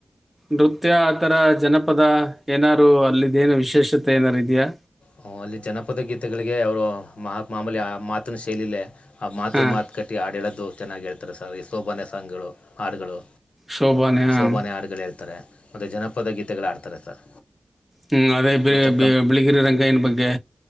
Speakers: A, in the centre; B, on the left.
A: ನೃತ್ಯ ಆ ಥರ ಜನಪದ ಏನಾದಾರು ಅಲ್ಲಿಿದ್ದ ೇನು ವಿಶೇಷತೆ ಏನಾರು ಇದೆಯಾ
B: ಹ ಅಲ್ಲಿ ಜನಪದ ಗೀತೆಗಳಿಗೆ ಅವರು ಮಹಾತ್ ಮಾಮೂಲಿ ಆ ಮಾತಿನ ಶೈಲಲಿ ಆ ಮಾತುಗೆ
A: ಹಾಂ.
B: ಮಾತು ಕಟ್ಟಿ ಹಾಡು ಹೇಳೋದು ಚೆನ್ನಾಗಿ ಹೇಳ್ತಾರೆ ಸರ್ ಈ ಸೋಬನೆ ಸಾಂಗ್ಗಳು ಹಾಡುಗಳು
A: ಶೋಭಾನೆ. ಹಾಂ.
B: ಶೋಭಾನೆ ಆಾಡುಗಳು ಹೇಳ್ತಾರೆ ಮತ್ತು ಜನಪದ ಗೀತೆಗಳು ಆಡ್ತಾರೆ ಸರ್
A: ಹ್ಞೂ ಅದೇ
B: ಮತ್ತು
A: ಬಿ ಬಿಳಿಗಿರಿ ರಂಗಯನ ಬಗ್ಗೆ